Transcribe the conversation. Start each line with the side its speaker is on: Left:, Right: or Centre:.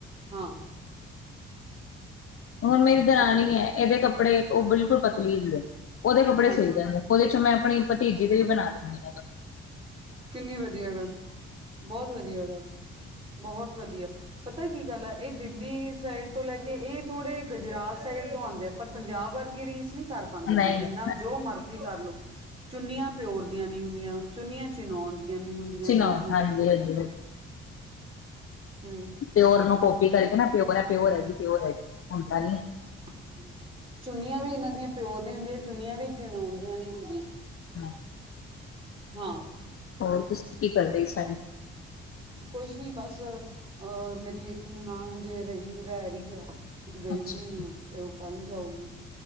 Right: ਹਾਂ
Left: ਹੁਣ ਮੇਰੀ ਦਰਾਣੀ ਹੈ ਇਹਦੇ ਕੱਪੜੇ ਉਹ ਬਿਲਕੁਲ ਪਤਲੀ ਜੀ ਐ ਉਹਦੇ ਕੱਪੜੇ
Right: ਹਾਂਜੀ
Left: ਸਿੱਲ ਜਾਂਦੇ ਉਹਦੇ ਚੋਂ ਮੈਂ ਆਪਣੀ ਭਤੀਜੀ ਦੇ ਵੀ ਬਣਾ ਦਿੰਤੇ
Right: ਕਿੰਨੀ ਵਧੀਆ ਗੱਲ ਬਹੁਤ ਵਧੀਆ ਗੱਲ ਬਹੁਤ ਵਧੀਆ, ਪਤਾ ਕੀ ਗੱਲ ਆ ਇਹ ਦਿੱਲੀ ਸਾਈਡ ਤੋਂ ਲੈਕੇ, ਇਹ ਥੋੜੇ ਗੁਜਰਾਤ ਸਾਈਡ ਤੋਂ ਆਉਂਦੇ ਆ, ਪਰ ਪੰਜਾਬ ਵਰਗੀ ਰੀਸ ਨਹੀਂ ਕਰ ਪਾਉਂਦੇ
Left: ਨਹੀਂ
Right: ਨੀ, ਜਿੰਨਾ
Left: ਹਾਂ
Right: ਜੋ ਮਰਜ਼ੀ ਕਰਲੋ, ਚੁੰਨੀਆਂ ਪਿਓਰ ਦੀਆਂ ਨੀ ਹੁੰਦੀਆਂ। ਚੁੰਨੀਆਂ ਚਿੰਨੋਨ ਦੀਆਂ ਨੀ ਹੁੰਦੀਆਂ
Left: ਚਿਨੋਨ
Right: ਇਹਨਾਂ ਦੀਆਂ
Left: ਹਾਂਜੀ ਹਾਜੀ
Right: <unintelligible>
Left: ਪਿਓਰ ਨੂੰ ਕੋਪੀ ਕਰਕੇ ਨਾ ਕੇ ਪਿਓਰ ਹੈ ਪਿਓਰ ਹੈ ਜੀ ਪਿਓਰ ਹੈ ਜੀ ਹੁੰਦਾ ਨੀ ਐ।
Right: <inaudible> ਚੁੰਨੀਆਂ ਵੀ ਇਹਨਾਂ ਦੀਆਂ ਪਿਓਰ ਨੀ ਹੁੰਦੀਆਂ। ਚੁੰਨੀਆਂ ਵੀ ਚਿੰਨੋਨ ਦੀਆਂ ਨੀ ਹੁੰਦੀਆਂ।
Left: ਹਾ
Right: ਹਾਂ
Left: ਹੋਰ ਤੁਸੀਂ ਕੀ ਕਰਦੇ ਸਨ
Right: ਕੁਛ ਨੀ ਬਸ। ਅਹ ਮੇਰੀ ਇੱਕ ਨੰਨਾਣ ਹਜੇ ਰਹੀ ਰਹਿ ਰਹੀ ਐ। ਗਈ
Left: ਅੱਛਾ
Right: ਨੀ ਓ, ਤੇ ਉਹ ਕੱਲ ਜਾਊਗੀ।